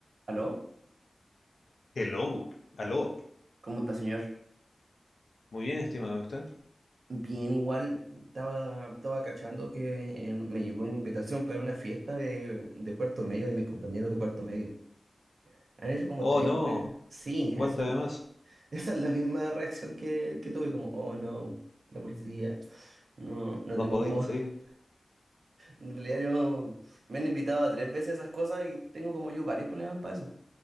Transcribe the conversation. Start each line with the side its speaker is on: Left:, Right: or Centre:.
Right: ¿Aló?
Left: Hello, aló,
Right: ¿Cómo está, señor?
Left: muy bien, ¿está usted?
Right: Bien, igual. Estaba, estaba cachando que eh, me llegó una invitación para una fiesta de, de cuarto medio, de mis compañeros de cuarto medio. Han hecho como
Left: Oh,
Right: tres
Left: no,
Right: veces. Sí,
Left: ¿cuánto
Right: esa,
Left: además?
Right: <laughs> esa es la misma reacción que, que tuve, como, oh no, la policía. No, no tengo
Left: La policía.
Right: como. <laughs> En realidad, yo me han invitado a tres veces esas cosas y tengo como yo varios problemas para eso.